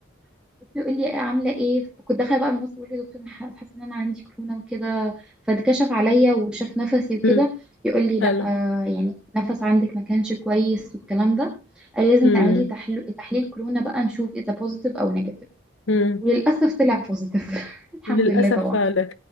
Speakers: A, in the centre; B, on the left (about 70°).
A: الدكتور يقول لي عامله ايه كنت داخله بقى المصري بقول له دكتور انا ح- حاسه ان انا عندي كورونا وكده فاتكشف عليا وشاف نفسي وكده
B: امم
A: يقول لي
B: حلو
A: لا آه يعني النفس عندك ما كانش كويس والكلام ده قال لي لازم
B: امم
A: تعملي تحليل تحليل كورونا بقى نشوف اذا بوزيتيف او نيجاتيف
B: امم
A: وللاسف طلع بوزيتيف <laughs> الحمد
B: للاسف
A: لله طبعا
B: فعلا